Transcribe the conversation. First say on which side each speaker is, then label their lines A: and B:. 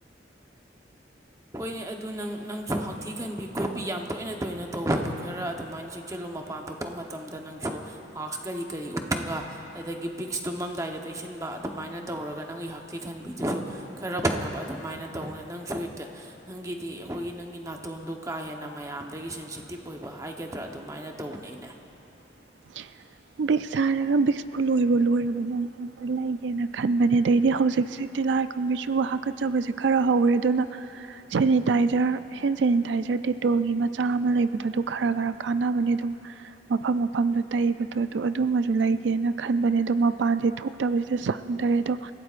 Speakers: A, on the right; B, on the right.
A: ꯍꯣꯏꯅꯦ ꯑꯗꯨ ꯅꯪ ꯅꯪꯁꯨ ꯍꯛꯊꯤ ꯈꯟꯕꯤ ꯈꯣꯠꯄꯤ ꯌꯥꯝ ꯇꯣꯏꯅ ꯇꯣꯏꯅ ꯇꯧꯕꯗꯣ ꯈꯔ ꯑꯗꯨꯃꯥꯏꯅ ꯁꯦꯛꯆꯜꯂꯨ ꯃꯄꯥꯟ ꯊꯣꯛꯄ ꯃꯇꯝꯗ ꯅꯪꯁꯨ ꯃꯥꯛꯁ ꯀꯔꯤ ꯀꯔꯤ ꯎꯞꯄꯒ ꯑꯗꯒꯤ ꯕꯤꯛꯁ ꯇꯨꯃꯝꯗꯥꯏꯗ ꯇꯩꯁꯟ ꯊꯤꯟꯕ ꯑꯗꯨꯃꯥꯏꯅ ꯇꯧꯔꯒ ꯅꯪꯒꯤ ꯍꯛꯊꯤ ꯈꯟꯕꯤꯗꯨꯁꯨ ꯈꯔ ꯐꯅꯕ ꯑꯗꯨꯃꯥꯏꯅ ꯇꯧꯅꯤ ꯅꯪꯁꯨ ꯍꯦꯛ ꯅꯪꯒꯤꯗꯤ ꯑꯩꯈꯣꯏꯒꯤ ꯅꯪꯒꯤ ꯅꯥꯇꯣꯟꯗꯣ ꯀꯥ ꯍꯦꯟꯅ ꯃꯌꯥꯝꯗꯒꯤ ꯁꯦꯟꯁꯤꯇꯤꯞ ꯑꯣꯏꯕ ꯍꯥꯏꯒꯗ꯭ꯔꯥ ꯑꯗꯨꯃꯥꯏꯅ ꯁꯃꯥꯏꯅ ꯇꯧꯕꯅꯦ ꯑꯅꯦ
B: <unintelligible> ꯕꯤꯛꯁ ꯁꯥꯔꯒ ꯕꯤꯛꯁꯄꯨ ꯂꯣꯏ ꯂꯣꯏꯔꯕꯗꯤ ꯑꯩꯁ ꯑꯝꯇ ꯂꯩꯒꯦꯅ ꯈꯟꯕꯅꯦ ꯑꯗꯩꯗꯤ ꯍꯧꯖꯤꯛꯁꯤ ꯂꯥꯏꯈꯨꯝꯕꯤꯁꯨ ꯍꯥꯀꯠꯆꯕꯁꯦ ꯈꯔ ꯍꯧꯋꯦ ꯑꯗꯨꯅ ꯁꯦꯅꯤꯇꯥꯏꯖꯔ ꯍꯦꯟ ꯁꯦꯅꯤꯇꯥꯏꯖꯔ ꯇꯦꯇꯣꯜꯒꯤ ꯃꯆꯥ ꯑꯃ ꯂꯩꯕꯗꯣ ꯑꯗꯨ ꯈꯔ ꯈꯔ ꯀꯥꯟꯅꯕꯅꯤ ꯑꯗꯨꯝ ꯃꯐꯝ ꯃꯐꯝꯗ ꯇꯩꯕ ꯑꯗꯨ ꯑꯗꯨꯃꯁꯨ ꯂꯩꯒꯦꯅ ꯈꯟꯕꯅꯦ ꯑꯗꯣ ꯃꯄꯥꯟꯁꯦ ꯊꯣꯛꯇꯕꯁꯤꯗ ꯁꯪꯗꯔꯦ ꯑꯗꯣ